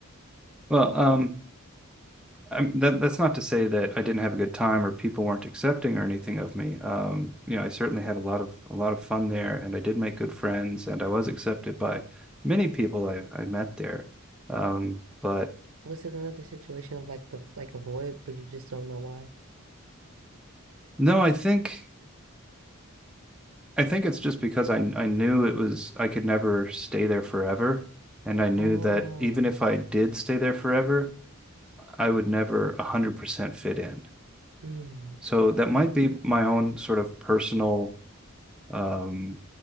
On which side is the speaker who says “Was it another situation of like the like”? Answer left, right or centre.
Right